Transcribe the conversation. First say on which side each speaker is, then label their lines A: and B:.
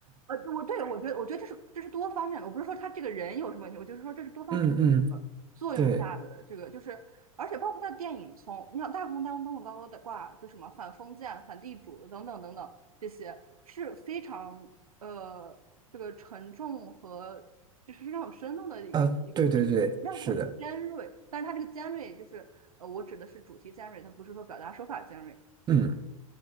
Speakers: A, on the right; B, on the right.
A: 呃，我对我觉得，我觉得这是这是多方面的，我不是说他这个人有什么问题，我就是说这是多方面的作用下的这个，
B: <laughs> 嗯嗯，对。
A: 就是而且包括他的电影从，你想大红灯笼高高的挂，就什么反封建、反地主等等等等这些是非常呃这个沉重和就是非常有深度的一个一个
B: 啊，对对对，
A: 量很尖锐，
B: 是的，
A: 但是他这个尖锐就是呃我指的是主题尖锐，它不是说表达手法尖锐。
B: 嗯，